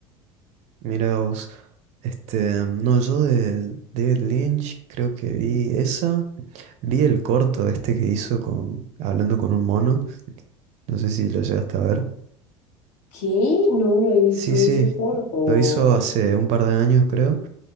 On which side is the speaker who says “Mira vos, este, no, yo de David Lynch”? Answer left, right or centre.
Right